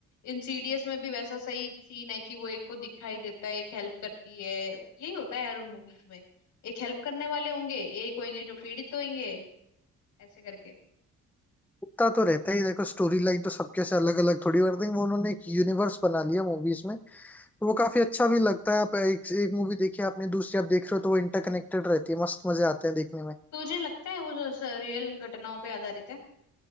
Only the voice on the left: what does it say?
इंसीडियस में भी वैसा सही सीन है कि वो एक को दिखाई देता है एक हेल्प करती है यही होता है यार उन मूवीज में एक हेल्प करने वाले होंगे एक होंगे जो पीड़ित होंगे ऐसे करके
तुझे लगता है वो जो रियल घटनाओं पे आधारित है